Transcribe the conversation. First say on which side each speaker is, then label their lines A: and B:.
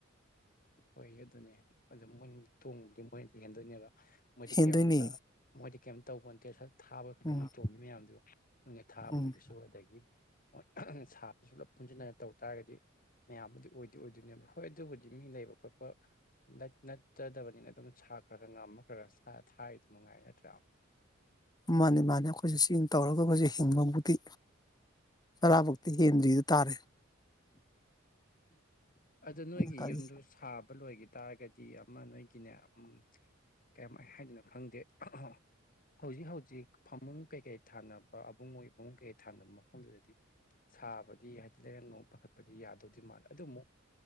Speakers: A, on the left; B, on the left.
A: ꯍꯣꯏ ꯑꯗꯨꯅꯦ ꯑꯗꯨ ꯃꯣꯏ ꯊꯣꯡꯕꯗꯤ ꯃꯣꯏꯅꯗꯤ ꯍꯦꯟꯗꯣꯏꯅꯦꯕ ꯃꯣꯏꯗꯤ
B: ꯍꯦꯟꯗꯣꯏꯅꯤ
A: ꯀꯩꯝꯇ ꯃꯣꯏꯗꯤ ꯀꯩꯝ ꯇꯧꯕꯣꯟꯇꯦ ꯁ ꯊꯥꯕ ꯈꯛꯇꯪ
B: ꯎꯝ
A: ꯇꯣꯡꯉꯤ ꯃꯌꯥꯝꯗꯨ ꯅꯣꯏꯅ ꯊꯥꯕꯗꯨꯒꯤꯁꯨ
B: ꯎꯝ
A: ꯑꯗꯒꯤ ꯍꯣꯏ ꯁꯥꯕꯁꯨ ꯂꯣꯢ ꯄꯨꯟꯖꯟꯅꯔ ꯇꯧ ꯇꯥꯔꯒꯗꯤ ꯃꯌꯥꯝꯕꯨꯗꯤ ꯑꯣꯏꯗꯤ ꯑꯣꯏꯗꯣꯏꯅꯦꯕ ꯍꯣꯏ ꯑꯗꯨꯕꯨꯗꯤ ꯃꯤ ꯂꯩꯕ ꯈꯣꯠꯄ ꯅꯠ ꯅꯠꯇꯗꯕꯅꯤꯅ ꯑꯗꯨꯝ ꯁꯥꯈ꯭ꯔꯒ ꯉꯝꯃ ꯈꯔ ꯁꯥ ꯊꯥꯏꯗꯨ ꯃꯉꯥꯏ ꯅꯠꯇ꯭ꯔꯥ꯫
B: ꯃꯥꯅꯦ ꯃꯥꯅꯦ ꯑꯈꯣꯏꯖꯨ ꯁꯤꯝ ꯇꯧꯔꯒ ꯑꯈꯣꯏꯖꯨ ꯍꯤꯡꯕꯕꯨꯗꯤ ꯇꯔꯥꯕꯧꯇꯤ ꯍꯦꯟꯗ꯭ꯔꯤꯗꯨ ꯇꯥꯔꯦ꯫
A: ꯑꯗꯨ ꯅꯣꯏꯒꯤ
B: ꯀꯔꯤ
A: ꯌꯨꯝꯗꯨ ꯁꯥꯕ ꯂꯣꯏꯒꯤ ꯇꯥꯔꯒꯗꯤ ꯑꯃ ꯅꯣꯏꯒꯤꯅꯦ ꯎꯝ ꯀꯌꯝꯃꯥꯏ ꯍꯥꯏꯗꯨꯅꯣ ꯈꯪꯗꯦ <unintelligible> ꯍꯧꯖꯤꯛ ꯍꯧꯖꯤꯛ ꯐꯃꯨꯡ ꯀꯩꯀꯩ ꯊꯥꯅꯕ ꯑꯕꯨꯡꯉꯣꯏꯒꯤ ꯐꯃꯨꯡ ꯀꯩ ꯊꯥꯅꯕ ꯃꯐꯝꯗꯨꯗꯗꯤ ꯁꯥꯕꯗꯤ ꯍꯥꯏꯗꯤ ꯂꯩꯔꯪꯒꯣꯝ ꯄꯥꯈꯠꯄꯗꯤ ꯌꯥꯗꯧꯗꯤ ꯃꯥꯜꯂꯦ ꯑꯗꯨꯃꯨꯛ